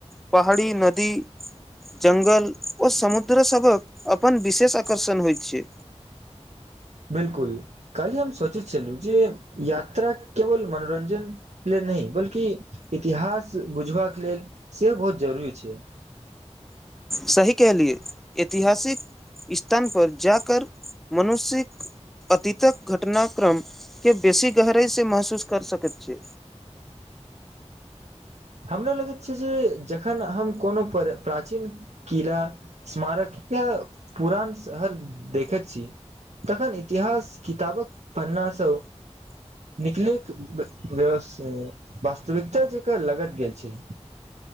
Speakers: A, in the centre; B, on the right (about 75°).
A: पहाड़ी नदी जंगल ओ समुद्र सबक अपन विशेष आकर्षण होइ छै
B: <inaudible> बिल्कुल कालहि हम सोचैत छलु जे यात्रा केवल मनोरंजन ले नयि बल्कि इतिहास बुझबाक लेल सेहो बहुत जरूरी छै <inaudible>
A: सही कहलियै ऐतिहासिक स्थान पर जा कर मनुशिक अतीतक घटनाक्रम के बेसी गहराइसे महसूस कर सकैत छी
B: <inaudible> हमरा लगैत छै जे जखन हम कोनो प्र प्राचीन किला स्मारक इ पुरान शहर देखै छी तखन इतिहास किताबक पन्ना सँ निकलक व्यवस्थित वास्तविकता जेका लगत गेल छी